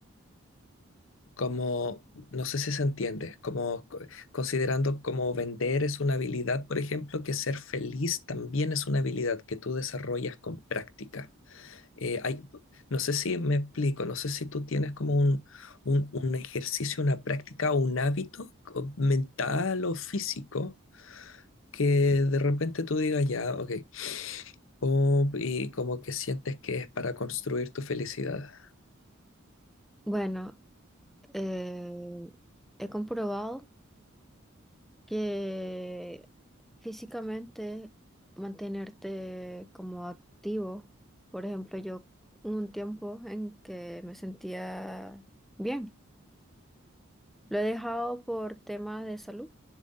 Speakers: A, on the left (about 70°); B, in the centre.
A: como, no sé si se entiende, como co- considerando como vender es una habilidad, por ejemplo, que ser feliz también es una habilidad que tú desarrollas con práctica. Eh, hay, no sé si me explico, no sé si tú tienes como un, un, un ejercicio, una práctica o un hábito co- mental o físico que de repente tú digas, ya, ok, pum, y como que sientes que es para construir tu felicidad.
B: bueno, eh, he comprobado que físicamente mantenerte como activo, por ejemplo, yo hubo un tiempo en que me sentía bien, lo he dejado por temas de salud,